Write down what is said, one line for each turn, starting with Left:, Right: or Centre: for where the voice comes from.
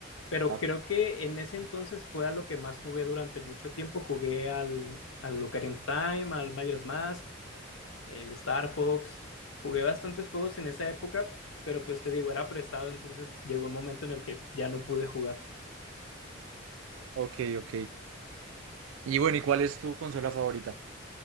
Left: Pero
Right: Ah,
Left: creo que en ese entonces fue a lo que más jugué durante mucho tiempo. Jugué al, al Ocarina of Time, al Majora's Mask, el Star Fox. Jugué bastantes juegos en esa época, pero pues te digo, era prestado, entonces llegó un momento en el que ya no pude jugar.
Right: Ok, ok. ok. Y bueno, ¿y cuál es tu consola favorita?